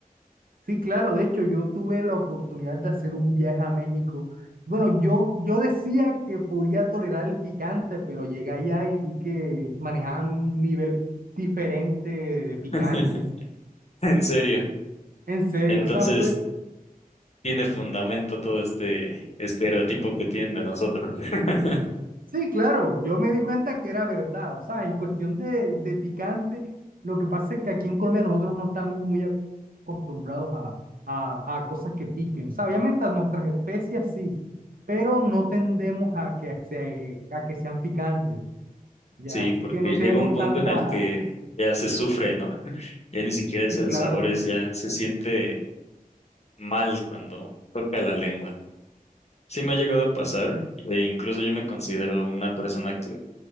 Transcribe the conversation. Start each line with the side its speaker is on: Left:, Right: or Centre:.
Right: Sí, claro, de hecho yo tuve la oportunidad de hacer un viaje a México. Bueno, yo, yo decía que podía tolerar el picante, pero llegué allá y vi que manejaban un nivel diferente de picante.
Left: <laughs> En serio.
Right: En serio,
Left: Entonces,
Right: o sea, fue,
Left: tiene fundamento todo este estereotipo que tienen de nosotros. <laughs>
Right: Sí, claro, yo me di cuenta que era verdad. O sea, en cuestión de, de picante, lo que pasa es que aquí en Colombia nosotros no estamos muy acostumbrados a, a, a cosas que piquen. O sea, obviamente a nuestras especias sí, pero no tendemos a que, se- a que sean picantes. Ya,
Left: Sí,
Right: así
Left: porque
Right: que no tenemos
Left: llega un punto
Right: tanta.
Left: en el que ya se sufre, ¿no? <laughs> Ya ni siquiera es
Right: Sí,
Left: el
Right: claro.
Left: sabor, es ya se siente mal cuando toca la lengua. Sí me ha llegado a pasar, e incluso yo me considero una persona que